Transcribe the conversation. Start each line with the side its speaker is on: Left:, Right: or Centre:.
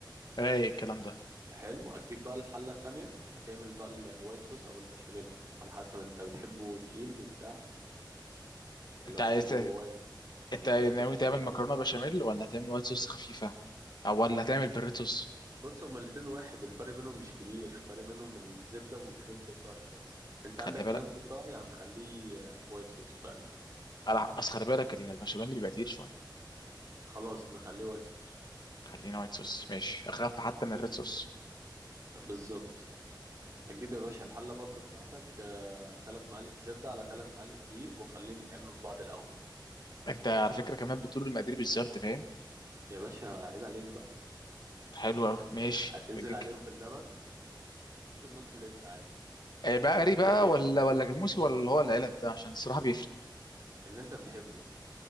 Left: رايق الكلام ده
Right: حلو هتجيب بقى الحلة التانية هتعمل بقى ال- الوايت صوص أو البشاميل على حسب أنت بتحبه تقيل وبتاع ولا
Left: انت
Right: بتحبه
Left: عايز
Right: وايت ولا
Left: انت ناوي
Right: وايت صوص خفيف
Left: تعمل مكرونه
Right: كده
Left: بشاميل ولا هتعمل وايت صوص خفيفه او ولا هتعمل بريتوس
Right: بص هما الاتنين واحد الفرق بينهم مش كبير الفرق بينهم الزبدة وكريمة الطهي بس أنت عندك
Left: خلي بالك
Right: كريمة الطهي هنخليه وايت صوص فاهم
Left: أنا- بس خلي بالك المشاميل اللي بيبقى تقيل شويه
Right: خلاص نخليه وايت صوص
Left: خلينا وايت صوص ماشي اخاف حتى من
Right: جيب
Left: الريد صوص
Right: بالظبط هتجيب يا باشا الحلة برضو بتاعتك آه، تلات معالق زبدة على تلات معالق دقيق وخليهم يتعملوا في بعض الأول
Left: انت على فكره كمان بتقول المقادير بالظبط فاهم
Right: يا باشا عيب عليك بقى
Left: حلو قوي ماشي
Right: هتنزل
Left: جيجا.
Right: عليهم باللبن ممكن نص لتر عادي
Left: آه، بقري
Right: عشان هو كده
Left: بقى
Right: كده بيتقل
Left: ولا ولا جاموسي ولا اللي هو العلب ده عشان الصراحه بيفرق
Right: اللي انت بتحبه